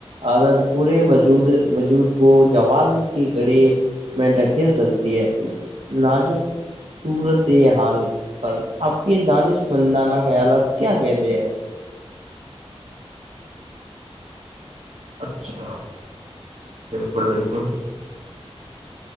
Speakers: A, on the right (about 65°); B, on the right (about 85°).
A: عادت پورے بج ود وجود کو جوال کے گڑے منٹ کھیل سکتی ہے اس نجک سورت یہ حال پر آپ کے دانش مندانہ خیالات کیا کہتے ہیں
B: اچھا بالکل بالکل